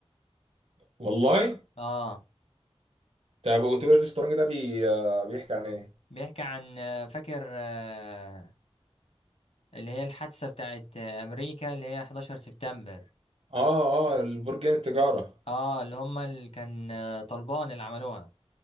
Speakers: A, on the right; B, on the left.
A: والله
B: اه
A: طب وتبقى سترونج ده بي... آه، بيحكي عن ايه
B: بيحكي عن آه، فاكر آه، اللي هي الحادثة بتاعت آه، أمريكا اللي هي 11 سبتمبر
A: اه اه البرجين التجارة
B: اه اللي هما اللي كان آه، طالبان اللي عملوها